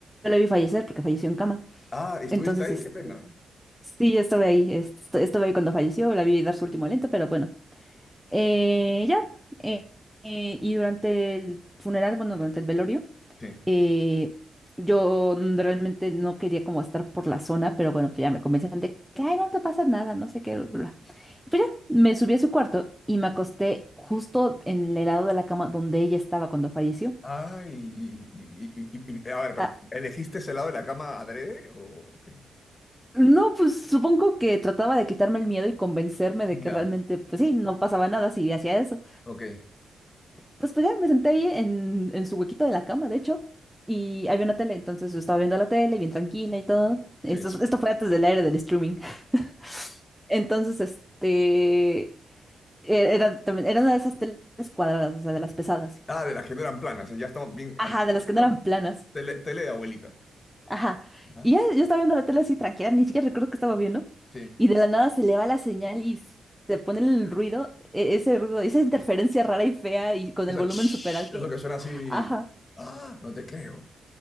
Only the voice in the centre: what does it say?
la vi fallecer porque falleció en cama.
Entonces,
este,
sí, yo estuve ahí, est- estu- estuve ahí cuando falleció, la vi dar su último aliento, pero bueno. Eh, ya, eh, eh, y durante el funeral, bueno, durante el velorio,
eh, yo n- realmente no quería como estar por la zona, pero bueno, pues ya me convencieron de que, ay, no te pasa nada, no sé qué, bla, bla, bla". Y pues ya, me subí a su cuarto y me
acosté justo en el lado de la cama donde ella estaba cuando falleció.
Ah,
No, pues supongo que trataba de quitarme el miedo y convencerme de
que realmente, pues sí, no pasaba nada si hacía eso.
Pues, pues ya me senté ahí en, en su huequito de la cama, de hecho, y había una tele, entonces yo estaba viendo la tele bien tranquila y todo. Esto,
es- esto fue antes del aire del streaming. <laughs> Entonces, este, e-, era, también- era una de esas teles cuadradas, o sea, de las pesadas.
Ajá,
de las
que no eran planas.
Ajá.
Y ya yo estaba viendo la tele así tranquila, ni siquiera recuerdo que estaba viendo.
Y de la nada se le va la señal y s- se pone el ruido, e- ese ruido, esa interferencia rara y fea y con
el volumen
súper alto.
Ajá.